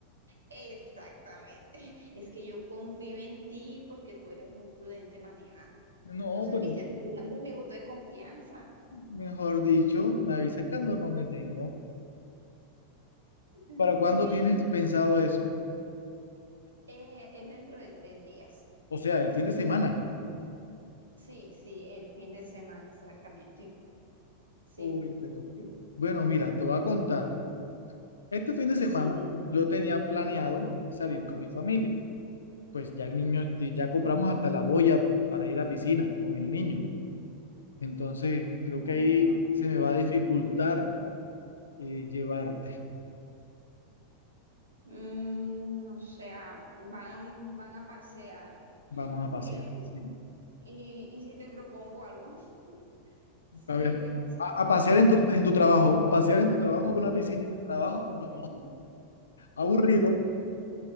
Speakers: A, on the right (about 75°); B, on the left (about 70°).
A: Exactamente. <laughs> Es que yo confío en ti porque tú eres muy prudente manejando.
B: No,
A: Entonces,
B: pero
A: viste, te estoy dando mi voto de confianza.
B: mejor dicho, me avisas cuando no me tenga.
A: Sí,
B: ¿Para cuándo tienes pensado eso?
A: eh, es dentro de tres días.
B: O sea, el fin de semana.
A: Sí, sí, el fin de semana, exactamente. Sí,
B: Uy, pero.
A: Mm,
B: Bueno, mira, te voy a contar. Este fin de semana
A: Sí, dime.
B: yo tenía planeado salir con mi familia. pues ya el niño, ya compramos hasta la boya para ir a piscina con el niño. Entonces, creo
A: Ah,
B: que ahí
A: ok.
B: se me va a dificultar eh, llevarte.
A: Mm, o sea, van, van a pasear.
B: Vamos a pasear.
A: eh,
B: Sí.
A: y, y si te propongo algo, <laughs> sí,
B: A ver,
A: lo que pasa
B: a,
A: es que,
B: a pasear
A: de
B: en
A: verdad,
B: tu, en
A: que-
B: tu trabajo, pasear en tu trabajo, una piscina en el trabajo,
A: <laughs>
B: <laughs> no, aburrido.